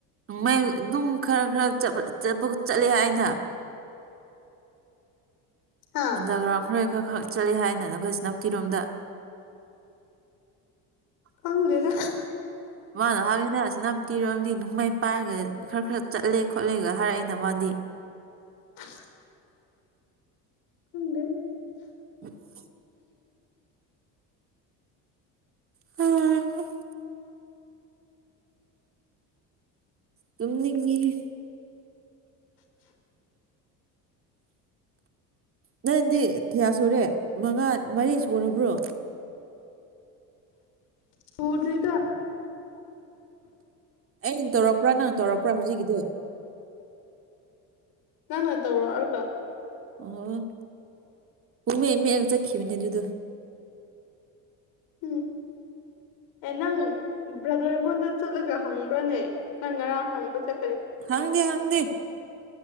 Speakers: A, on the right; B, on the left.
A: ꯃ ꯑꯗꯨꯝ ꯈꯔ ꯈꯔ ꯆꯠꯄ ꯆꯠꯂꯦ ꯍꯥꯏꯅ
B: ꯍꯥ
A: ꯑꯟꯗꯔꯒ꯭ꯔꯥꯎꯟ ꯈꯔ ꯈꯔ ꯈꯔ ꯆꯠꯂꯤ ꯍꯥꯏꯅ ꯑꯩꯈꯣꯏ ꯁꯤ ꯅꯝꯇꯤꯔꯣꯝꯗ
B: ꯀꯪꯗꯦꯗ
A: ꯃꯥꯅ ꯍꯥꯏꯃꯤꯗꯁꯤꯅ ꯇꯤꯔꯨꯔꯕꯗꯤ ꯅꯅꯨꯡꯃꯩ ꯄꯥꯏꯔꯒ ꯈꯔꯥ ꯈꯔꯥ ꯆꯠꯂꯦ ꯈꯣꯠꯂꯦꯒ ꯍꯥꯏꯔꯛꯑꯏꯅ ꯃꯥꯗꯤ
B: <unintelligible> ꯈꯪꯗꯦ
A: <unintelligible> ꯍꯥꯍꯥ <unintelligible> ꯇꯨꯝꯅꯤꯉꯥ ꯅꯪꯗꯤ ꯀꯤꯌꯥ ꯁꯨꯔꯦ ꯃꯉꯥ ꯃꯔꯤ ꯁꯨꯔꯕ꯭ꯔꯣ
B: ꯇꯔꯤꯗ
A: ꯑꯩꯅ ꯇꯧꯔꯛꯄ꯭ꯔꯥ ꯅꯪ ꯇꯧꯔꯛꯄ꯭ꯔꯥ ꯍꯧꯖꯤꯛꯀꯤꯗꯤ
B: ꯅ ꯅ ꯇꯧꯔꯣꯑꯔꯒ
A: ꯑꯣ ꯎꯃꯦ ꯃ ꯆꯈꯈꯤꯕꯕꯅꯦ ꯑꯗꯨꯗ
B: ꯎꯝ ꯑꯦ ꯅꯪ ꯕ꯭ꯔꯗꯔꯉꯣꯟꯗ ꯆꯠꯂꯒ ꯍꯪꯕ꯭ꯔꯅꯦ ꯅꯪ ꯉꯔꯥꯡ ꯍꯪꯕ ꯆ
A: ꯍꯪꯗꯦ ꯍꯪꯗꯦ